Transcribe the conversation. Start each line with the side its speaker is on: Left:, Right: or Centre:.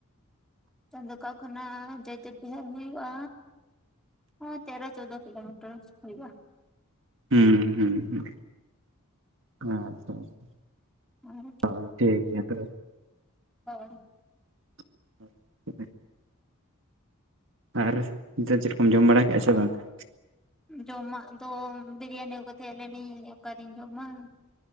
Centre: <unintelligible> ᱠᱷᱚᱱᱟᱜ ᱡᱚᱭᱫᱮᱵ ᱵᱤᱦᱟᱨ ᱦᱩᱭᱩᱜᱼᱟ ᱚ ᱛᱮᱨᱚ ᱪᱳᱣᱫᱚ ᱠᱤᱞᱳᱢᱤᱴᱚᱨ ᱦᱩᱭᱩᱜᱼᱟ
Right: ᱦᱩᱸ ᱦᱩᱸ ᱦᱩᱸ ᱟᱪᱪᱷᱟ ᱟᱪᱪᱷᱟᱼᱼ
Centre: ᱢᱟᱸᱦᱟ ᱨᱮ
Right: ᱦᱚ ᱴᱷᱤᱠ ᱜᱮᱭᱟ ᱛᱚ᱾
Centre: ᱦᱳᱭ᱾
Right: <inaudible> ᱟᱨ ᱱᱤᱛᱚᱜ ᱪᱮᱫ ᱠᱚᱢ ᱡᱚᱢ ᱵᱟᱲᱟ ᱠᱮᱫᱼᱟ ᱪᱮ ᱵᱟᱝ ᱜᱮ?
Centre: ᱡᱚᱢᱟᱜ ᱫᱚ ᱵᱤᱨᱤᱭᱟᱱᱤ ᱟᱹᱜᱩ ᱠᱟᱛᱮᱜ ᱦᱮᱡ ᱞᱮᱱᱟᱹᱧ, ᱚᱠᱟᱨᱤᱧ ᱡᱚᱢᱟ?